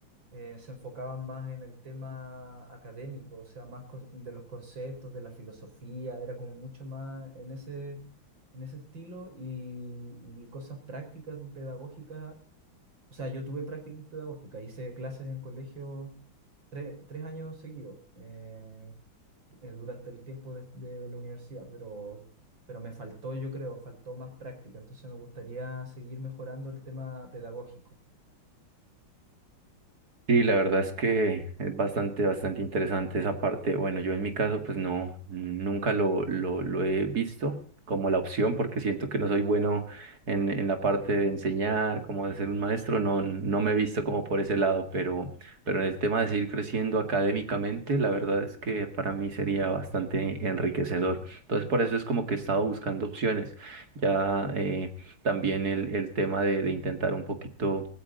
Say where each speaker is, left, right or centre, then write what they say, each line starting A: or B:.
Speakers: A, on the right; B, on the right.
A: eh, se enfocaban más en el tema académico, o sea, más con- de los conceptos, de la filosofía, era como mucho más en ese, en ese estilo y, y cosas prácticas pedagógicas. O sea, yo tuve prácticas pedagógicas, hice clases en colegio tres, tres años seguidos eh, eh, durante el tiempo de, de la universidad, pero, pero me faltó, yo creo, faltó más práctica, entonces me gustaría seguir mejorando el tema pedagógico.
B: Sí, la verdad es que es bastante, bastante interesante esa parte. Bueno, yo en mi caso, pues no, nunca lo, lo, lo he visto como la opción, porque siento que no soy bueno en, en la parte de enseñar, como de ser un maestro, no, no me he visto como por ese lado, pero, pero en el tema de seguir creciendo académicamente, la verdad es que para mí sería bastante enriquecedor.
A: Sí,
B: Entonces, por eso es como que he estado buscando opciones. Ya eh, también el, el tema de, de intentar un poquito